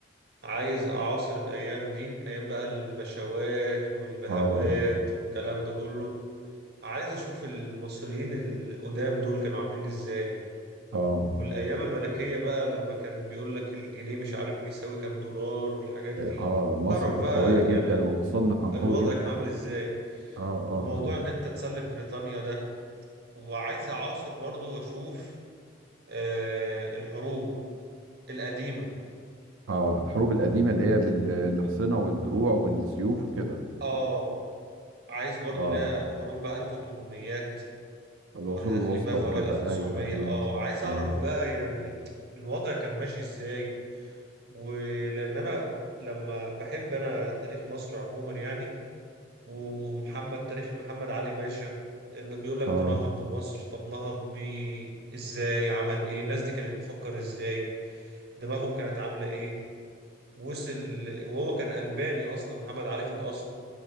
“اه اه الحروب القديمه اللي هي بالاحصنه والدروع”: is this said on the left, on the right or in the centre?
Right